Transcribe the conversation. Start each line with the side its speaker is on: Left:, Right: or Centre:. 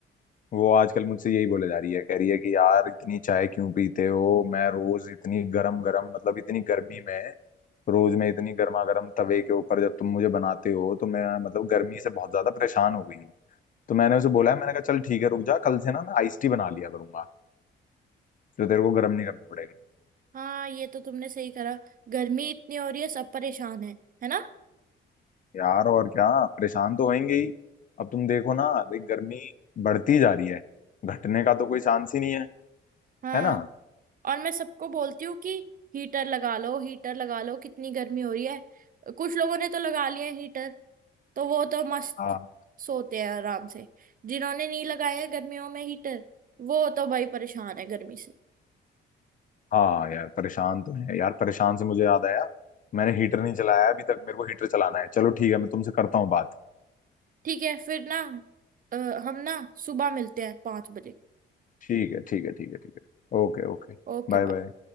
Left: वो आजकल मुझसे यही बोले जा रही है कह रही है कि यार इतनी चाय क्यों पीते हो मैं रोज इतनी गरम गरम मतलब इतनी गर्मी में रोज मैं इतनी गर्मा गर्म तवे के ऊपर जब तुम मुझे बनाते हो तो मैं मतलब गर्मी से बहुत ज्यादा परेशान हो गई हूँ तो मैंने उसे बोला है मैंने कहा चल ठीक है रुक जा कल से ना मैं आइस टी बना लिया करूंगा तो तेरे को गर्म नहीं करना पड़ेगा
Right: हाँ ये तो तुमने सही करा गर्मी इतनी हो रही है सब परेशान है है ना
Left: यार और क्या परेशान तो होंगे ही अब तुम देखो ना भाई गर्मी बढ़ती जा रही है घटने का तो कोई चांस ही नहीं है
Right: हाँ
Left: है ना
Right: और मैं सबको बोलती हूँ कि हीटर लगा लो हीटर लगा लो कितनी गर्मी हो रही है कुछ लोगों ने तो लगा लिए हैं हीटर तो वो तो मस्त
Left: हाँ
Right: सोते हैं आराम से जिन्होंने नहीं लगाया है गर्मियों में हीटर वो तो भाई परेशान है गर्मी से
Left: हाँ यार परेशान तो है यार परेशान से मुझे याद आया मैंने हीटर नहीं चलाया अभी तक मेरे को हीटर चलाना है चलो ठीक है मैं तुमसे करता हूँ बात
Right: ठीक है फिर ना अ, हम ना सुबह मिलते हैं पाँच बजे
Left: ठीक है ठीक है ठीक है ठीक है ओके ओके
Right: Okay
Left: Bye
Right: bye
Left: bye